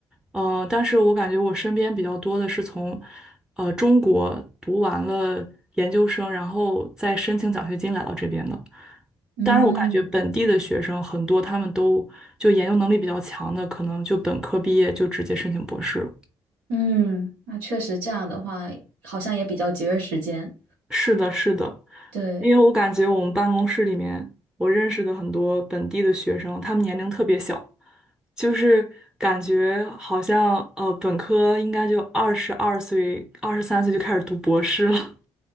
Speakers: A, in the centre; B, on the right.
A: 嗯、呃但是我感觉我身边比较多的是从，呃，中国读完了研究生，然后再申请奖学金来到这边的。
B: 嗯
A: 当然，我感觉本地的学生很多，他们都就研究能力比较强的，可能就本科毕业就直接申请博士了。
B: 嗯，那确实这样的话，好像也比较节约时间。
A: 是的，是的，
B: 对，
A: 因为我感觉我们办公室里面，我认识的很多本地的学生，他们年龄特别小，就是感觉好像呃，本科应该就二十二岁、二十三岁就开始读博士了，